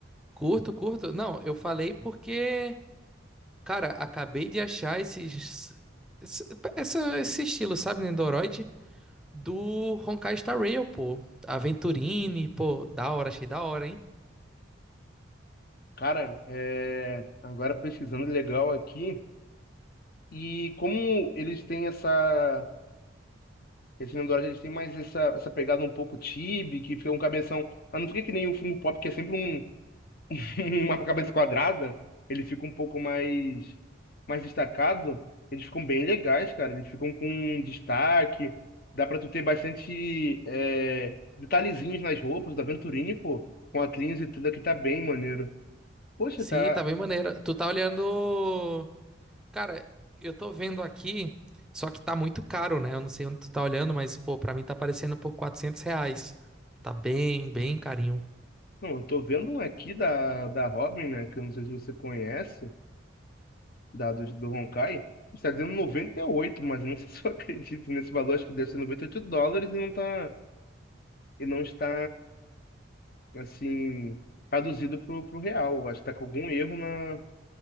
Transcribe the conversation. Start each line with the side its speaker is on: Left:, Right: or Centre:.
Centre: Curto, curto. Não, eu falei porque, cara, acabei de achar esses, esse, essa- esse estilo, sabe, Nendoroid? do Honkai Star Rail, pô. Aventurine, pô, da hora, achei da hora, hein?
Left: Cara, é... agora pesquisando legal aqui. E como eles têm essa. Esse Nino Dourado, eles têm mais essa, essa pegada um pouco chibi, que fica um cabeção. Ah, não fica que nem o Funko Pop, que é sempre um, <laughs> uma cabeça quadrada. Ele fica um pouco mais, mais destacado. Eles ficam bem legais, cara. Eles ficam com destaque. Dá pra tu ter bastante é, detalhezinhos nas roupas da Venturini, pô. Com a Cleans e tudo aqui tá bem maneiro. Poxa,
Centre: Sim,
Left: tá.
Centre: tá bem maneira. Tu tá olhando. Cara, eu tô vendo aqui, só que tá muito caro, né? Eu não sei onde tu tá olhando, mas, pô, pra mim tá aparecendo por 400 reais. Tá bem, bem carinho.
Left: Não, eu tô vendo um aqui da, da Robin, né? Que eu não sei se você conhece. dados do Honkai, está dizendo 98, mas não <laughs> sei se eu acredito nesse valor, acho que deve ser 98 dólares e não tá, e não está, assim, traduzido pro, pro real. Acho que tá com algum erro na,